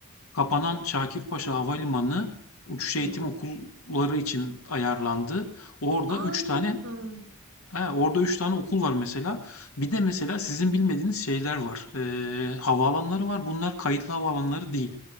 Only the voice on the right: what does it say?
Hmm.
Aa
ne
güzel.